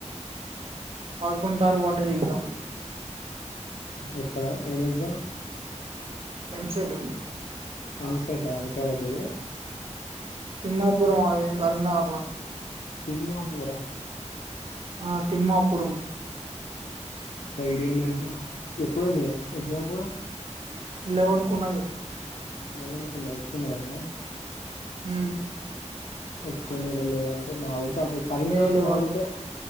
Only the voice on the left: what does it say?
ఎక్కడ ఏం ఎగ్జామ్
ఆ సేటా ఎక్క పడ్డది
తిమ్మాపూరా
ఐడియా లేరా ఎప్పుడుంది ఎగ్జామ్ కూడా
ఎమనుకుడా ఉచ్చే నేరమా
వచ్చ నెల లే ఎవ అంటే నావు ప్పుడు కరీంగ
నాకుతే